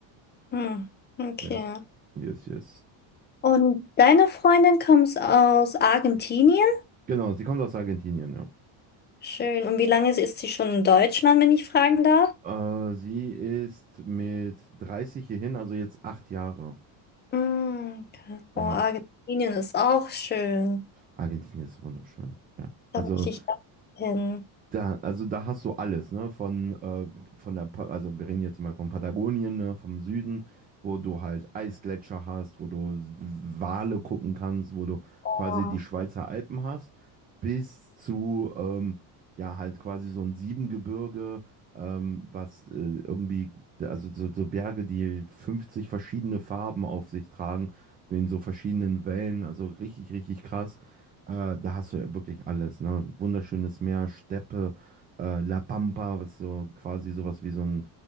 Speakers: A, on the left; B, on the right.
A: Hm. Okay.
B: Ja, wie es hier
A: Und deine Freundin kommt aus Argentinien?
B: Genau, sie kommt aus Argentinien, ja.
A: Schön. Und wie lange ist sie schon in Deutschland, wenn ich fragen darf?
B: Äh, sie ist mit 30 hierhin, also jetzt acht Jahre.
A: Hm, okay.
B: Ja,
A: Oh, Argentinien ist auch schön.
B: Argentinien ist wunderschön. Ja, also
A: Da möchte ich auch hin.
B: Da, also da hast du alles, ne? Von, äh, von der, Pa- also wir reden jetzt mal von Patagonien, ne? Vom Süden, wo du halt Eisgletscher hast, wo du Wale gucken kannst, wo du
A: Oh.
B: quasi die Schweizer Alpen hast, bis zu, ähm, ja, halt quasi so ein Siebengebirge, ähm, was äh, irgendwie, also so, so Berge, die 50 verschiedene Farben auf sich tragen, in so verschiedenen Wellen, also richtig, richtig krass. Äh, da hast du ja wirklich alles, ne? Wunderschönes Meer, Steppe, äh, La Pampa, was so quasi sowas wie so ein,